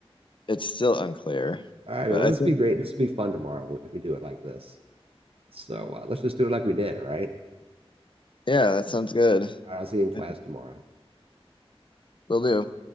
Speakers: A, on the left; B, on the right.
A: it's still unclear.
B: All right,
A: But
B: man. Well,
A: I
B: this
A: think
B: will be great. This will be fun tomorrow if we do it like this. So uh, let's just do it like we did. All right.
A: yeah, that sounds good.
B: All right. I'll see you in class
A: I think
B: tomorrow.
A: we'll do.